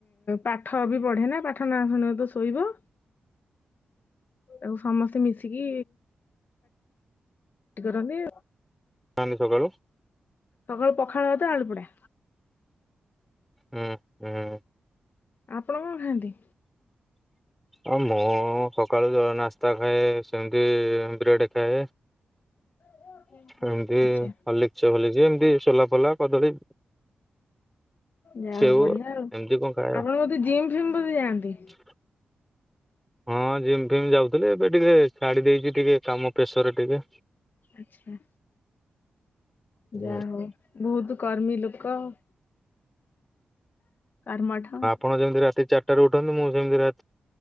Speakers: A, on the left (about 60°); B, in the centre.
A: ପାଠ ବି ପଢେ ନା ପାଠ ନା ଶୁଣିବ ତ ଶୋଇବ। ତାକୁ ସମସ୍ତେ ମିଶିକି ପାଟି କରନ୍ତି।
B: ଯଆନ୍ତି ସକାଳୁ?
A: ସକାଳୁ ପଖାଳ ଭାତ ଆଳୁ ପୋଡ଼ା।
B: ହୁଁ ହୁଁ।
A: ଆପଣ କଣ ଖାଆନ୍ତି?
B: ହଁ ମୁଁ ସକାଳୁ ଜ ନାସ୍ତା ଖାଏ ସେମିତି ବ୍ରେଡେ ଖାଏ।
A: <unintelligible>
B: ଏମିତି
A: ଆଚ୍ଛା
B: ହଲିଛ ହଲି ଏମିତି ସୋଲା ଫୋଲା କଦଳୀ
A: ଯାହା
B: ସେଉୁ
A: ହଉ ବଢିଆ
B: ଏମତି
A: ଆଉ
B: କଣ ଖାଏ
A: ଆପଣ
B: ଉ।
A: ବୋଧେ ଜିମ୍ ଫିମ୍ ବୋଧେ ଯାଆନ୍ତି?
B: <inaudible> ହଁ ହଁ ଜିମ୍ ଫିମ୍ ଯାଉଥିଲି ଏବେ ଟିକେ ଛାଡି ଦେଇଛି ଟିକେ କାମ ପ୍ରେସର ରେ ଟିକେ।
A: ଆଛା ଯାହା
B: ହଁ
A: ହଉ ବହୁତୁ କର୍ମୀ ଲୋକ‌ ଉ। କରମଠ।
B: ଆପଣ ଯେମିତି ରାତି ଚାରିଟାରେ ଉଠନ୍ତି ମୁଁ ସେମିତି ରା